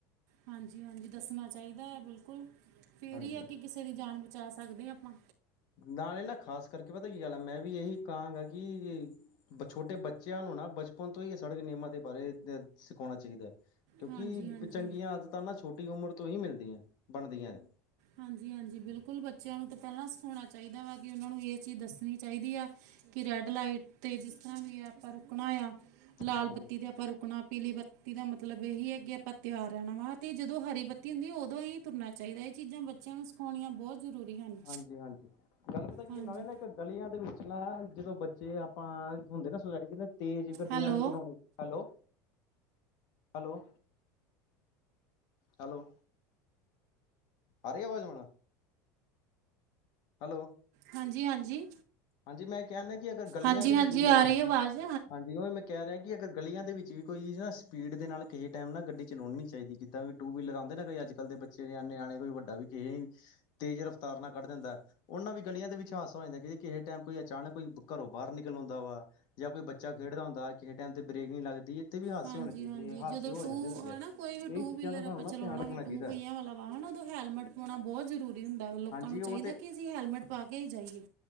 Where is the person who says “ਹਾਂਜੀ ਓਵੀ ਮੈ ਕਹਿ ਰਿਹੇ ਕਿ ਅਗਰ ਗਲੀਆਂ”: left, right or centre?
Left